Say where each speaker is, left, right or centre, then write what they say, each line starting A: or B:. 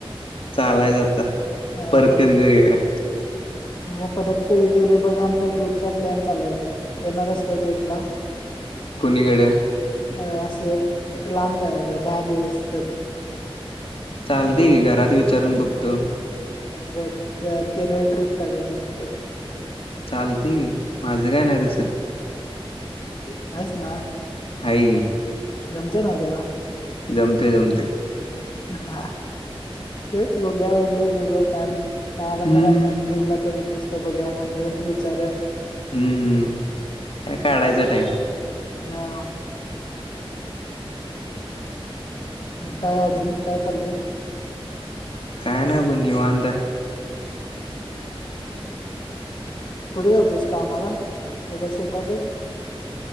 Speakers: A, on the left (about 65°); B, on the left (about 45°).
A: चालायच आता.
B: अ
A: परत कधीतरी येऊया.
B: मग परत कधीतरी बघ, आमचा ट्रिपचा प्लॅन चाललाय बघ येणार आहेस काय ट्रीपला?
A: कुणीकडे?
B: अ असं लांब जायाच. दहा दिवस तरी.
A: चालतय की घरात विचारून बघतो?
B: बघ. केरळ ट्रिप काढायची म्हणतात.
A: चालते की माझं काय नाही तसं.
B: येनार आहेस ना?
A: हाय की.
B: जमतय ना तुला?
A: जमतंय जमतंय.
B: हा तेच बघूया म्हटलं तुझं काय? वायला
A: हम्म
B: तर आला नाहीस स्ट्रीप ला तरी ये निस्त बघूया म्हटलं विचारूया.
A: हम्म काय काढायचा टाइम.
B: हा. मग काय अजून काय चाललय?
A: काय नाही बघ निवांत हाय.
B: कुठे जातोयस कामाला का शेतातच?